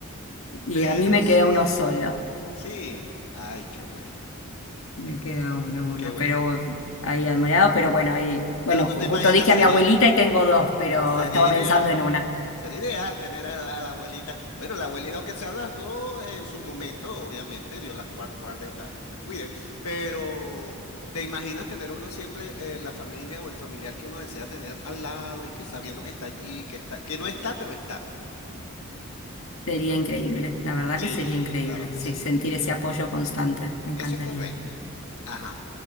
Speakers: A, on the left; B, on the left.
A: Y
B: Pero
A: a mí me
B: sí,
A: queda uno solo.
B: sí. Ay, qué bueno,
A: Me queda uno, uno,
B: qué bueno.
A: pero ahí admirado, pero bueno, ahí, bueno,
B: Pero tú
A: ju-
B: te imaginas,
A: justo dije
B: sería,
A: a mi abuelita y tengo dos, pero
B: sería
A: estaba
B: ideal.
A: pensando en una.
B: Sería ideal tener a la, a la abuelita. Bueno, la abuelita, aunque sean las dos en sus momentos, obviamente, Dios las guar- guarde y la- las cuide, pero ¿te imaginas tener uno siempre eh, la familia o el familiar que uno desea tener al lado y que sabiendo que está allí, que está, que no está, pero está?
A: Sería increíble, la verdad
B: Sí,
A: que sería increíble,
B: claro que
A: sí,
B: sí.
A: sentir ese apoyo constante, me encantaría.
B: Eso es correcto. Ajá.